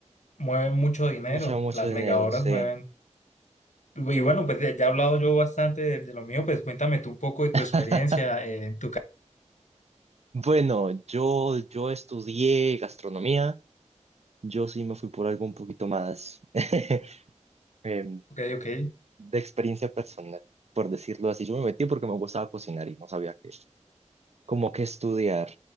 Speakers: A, on the left; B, on the right.
A: mueven mucho dinero,
B: Mucho, mucho
A: las
B: dinero,
A: megahoras
B: sí.
A: mueven. Y bueno, pues ya ya he hablado yo bastante de, de lo mío, pues cuéntame tú un poco de tu
B: <laughs>
A: experiencia eh, en tu carrera.
B: Bueno, yo, yo estudié gastronomía, yo sí me fui por algo un poquito más. <laughs> em,
A: Ok, ok.
B: de experiencia personal, por decirlo así. Yo me metí porque me gustaba cocinar y no sabía qué, como que estudiar.